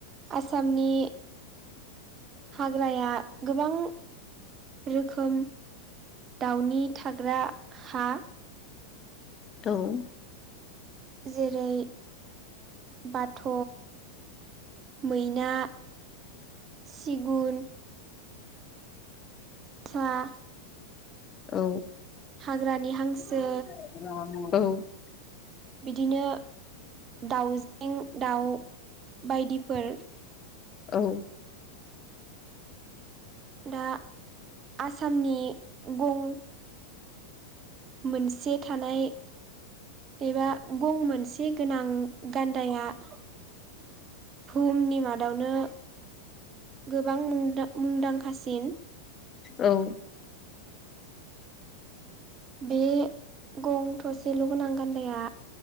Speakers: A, on the right; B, on the left.
A: आसामनि हाग्राया गोबां रोखोम दाउनि थाग्रा हा
B: <unintelligible>
A: जेरै बाथ' मैना, सिगुन सा
B: औ।
A: हाग्रानि हांसो
B: औ
A: बिदिनो दाउजें दाउ बायदिफोर
B: औ
A: दा आसामनि गं मोनसे थानाय एबा गं मोनसे गोनां गान्दाया भुहुमनि माद यावनो गोबां मुं मुंदांखासिन
B: औ
A: बे गं थसेलगोनां गान्दाया